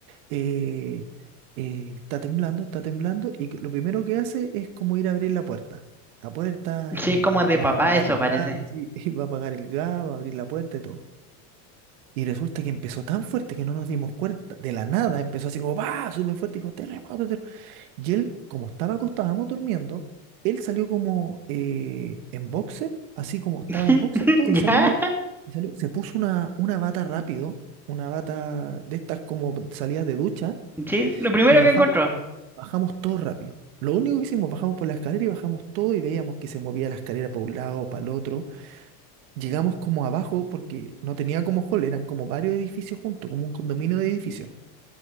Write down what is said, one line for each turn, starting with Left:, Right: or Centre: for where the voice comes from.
Right: eh, eh, está temblando, está temblando, y lo primero que hace es como ir a abrir la puerta. La puerta,
Centre: Sí,
Right: eh, mi,
Centre: es como
Right: mi
Centre: de
Right: mamá
Centre: papá
Right: va a apagar
Centre: eso
Right: el
Centre: parece.
Right: gas, y- <laughs> y va a apagar el gas, va a abrir la puerta y todo. Y resulta que empezó tan fuerte que no nos dimos cuenta. De la nada empezó así como, va, súper fuerte, dijo, terremoto, terremoto. Y él, como estaba acostado, estábamos durmiendo, él salió como eh, en boxer, así como estaba
Centre: <laughs>
Right: en boxer todo,
Centre: ¿Ya?
Right: y salimos, y salió- se puso una, una bata rápido, una bata de estas como salidas de ducha
Centre: Sí, es lo primero
Right: y bajamos,
Centre: que encontró.
Right: bajamos todo rápido. Lo único que hicimos, bajamos por la escalera y bajamos todo y veíamos que se movía la escalera para un lado, para el otro. Llegamos como abajo porque no tenía como hall, eran como varios edificios juntos, como un condominio de edificios.